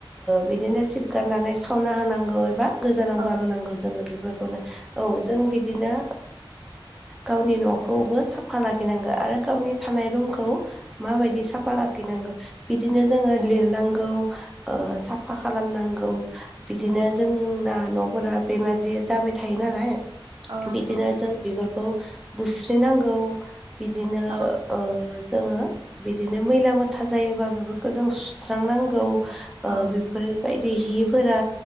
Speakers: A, in the centre; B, on the right.
A: बिदिनो सिब गारनानै सावना होनांगौ एबा गोजानाव
B: औ
A: गारनांगौ जोङो बेफोरखौनो औ जों बिदिनो गावनि न'खौबो साफा लाखिनांगो आरो गावनि थानाय रुमखौ माबायदि साफा लाखिनांगौ बिदिनो जोङो लिरनांगौ साफा खालामनांगौ बिदिनो जोंना न'फोरा बेमाजे जाबाय थायो नालाय
B: औ नांगौ
A: बिदिनो जों बिबारखौ बुस्रिनांगौ बिदिनो
B: औ
A: जोङो बिदिनो मैला मोथा जायोबा बेफोरखौ जों सुस्रांनांगौ
B: औ
A: बेफोरो बायदि हिफोरा